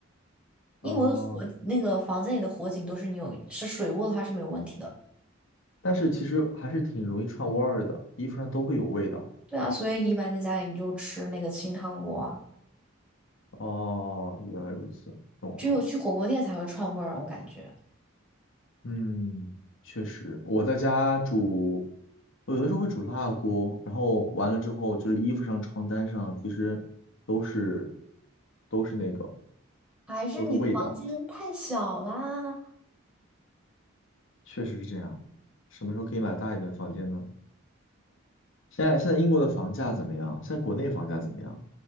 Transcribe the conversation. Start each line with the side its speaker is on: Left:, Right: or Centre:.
Centre: 英国的火那个房间里的火警都是你有是水雾的话是没有问题的。
Left: 哦，但是其实还是挺容易串味儿的，衣服上都会有味道。
Centre: 对啊，所以一般在家里你就吃那个清汤锅啊，
Left: 哦，原来如此，懂了。
Centre: 只有去火锅店才会串味儿啊我感觉。
Left: 嗯，确实，我在家煮，我有的时候会煮辣锅，然后完了之后就是衣服上、床单上，其实都是都是那个
Centre: 还是你的房间太小啦，
Left: 都是味道，确实是这样。什么时候可以买大一点的房间呢？现在现在英国的房价怎么样？现在国内房价怎么样？